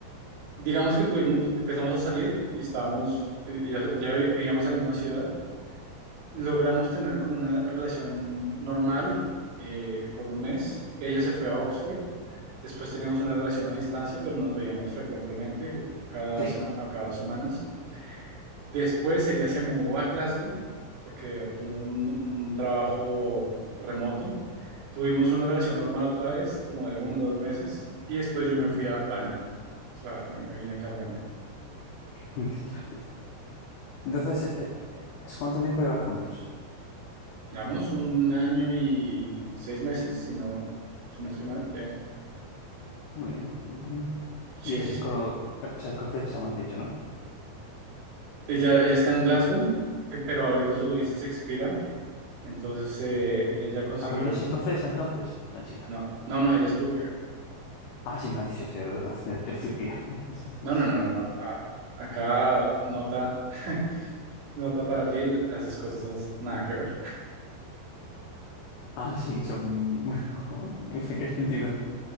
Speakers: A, on the right (about 70°); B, on the left (about 85°).
A: Digamos que tuvimos, empezamos a salir y estábamos, eh, ya, ya vi- vivíamos en la misma ciudad, logramos tener como una relación normal eh, por un mes. Ella se fue a Oxford, después teníamos una relación a distancia, pero nos veíamos frecuentemente, cada
B: Sí.
A: semana o cada dos semanas. Después ella se mudó a Glasgow porque obtuvo un, un trabajo remoto. Tuvimos una relación normal otra vez, como de uno o dos meses, y después yo me
B: Ujú.
A: fui a Albania. O sea, me, me vine acá a Albania.
B: <laughs> Entonces, eh, eh, ¿cuánto tiempo lleváis juntos?
A: Llevamos un año y seis meses, si no, si no
B: Vale,
A: estoy mal. Sí,
B: sí. Muy bien, muy bien.
A: sí,
B: Y es
A: sí.
B: esco-
A: sí.
B: eh, o sea, escocesa, me has dicho, ¿no?
A: Ella, ella está en Glasgow, eh, pero ahorita su visa se expira, entonces eh, ella ya consiguió...
B: Ah, pero no es escocesa entonces, la chica.
A: No, no, no, ella es turca.
B: Ah, sí, me has dicho, sí, de, de Turquía. <laughs> Sí,
A: No,
B: sí.
A: no, no, no, no. a- acá nota. <laughs> Nota para ti, las escocesas, nada que ver.
B: Ah, sí, que son... <laughs> ¿En qué sentido?